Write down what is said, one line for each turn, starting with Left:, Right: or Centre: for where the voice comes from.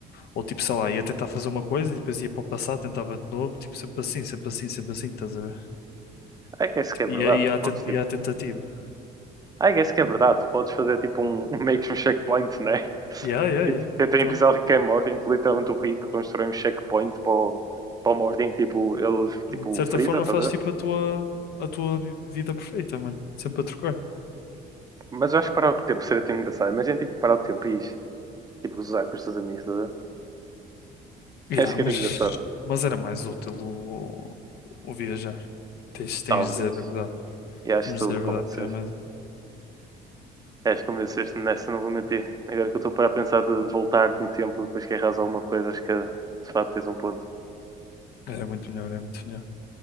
Left: Ou tipo, sei lá, ia tentar fazer uma coisa e depois ia para o passado, tentava de novo, tipo, sempre assim, sempre assim, sempre assim, estás a ver?
Right: É que isso
Left: Tipo,
Right: que é verdade,
Left: ia, ia,
Right: tu
Left: à, ten-
Right: podes, tipo,
Left: ia à tentativa.
Right: I guess que é verdade. Tu podes fazer tipo um, um meio que um checkpoint, né?
Left: Yeah, yeah,
Right: E
Left: yeah.
Right: t- tem tem
Left: Literalmente.
Right: um episódio que é mordem, em que literalmente o Rick constrói um checkpoint para o, para o mordem que tipo, ele
Left: De
Right: tipo,
Left: certa
Right: freeza,
Left: forma
Right: tá
Left: fazes
Right: a ver?
Left: tipo a tua, a tua vi- vida perfeita, mano. Sempre a trocar.
Right: Mas eu acho que parar o tempo seria tão engraçado. Imagina tipo, parar o tempo e tipo, usar com os teus amigos, tá a ver?
Left: Yeah,
Right: <laughs> Acho que
Left: mas,
Right: era engraçado,
Left: mas era mais útil o, o viajar. Tens, tens
Right: talvez.
Left: de dizer a verdade.
Right: E acho
Left: Temos
Right: que tu
Left: de dizer a
Right: convenceste.
Left: verdade que era mais.
Right: Acho que convenceste nessa, não vou mentir. Agora que eu estou para pensar de voltar no tempo depois que erras alguma coisa, acho que de facto tens um ponto.
Left: Era muito melhor, era muito melhor.